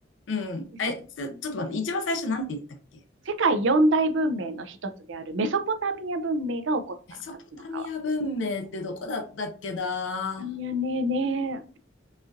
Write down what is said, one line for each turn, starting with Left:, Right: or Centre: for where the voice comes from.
Left: うん。
Right: メソポタミ
Left: え、ちょ、ちょっと待って。一番最初なんて言ったっけ
Right: 世界四大文明の一つであるメソポタミア文明が起こった二つの川。
Left: メソポタミア文明ってどこだったっけな
Right: メソポタミアねね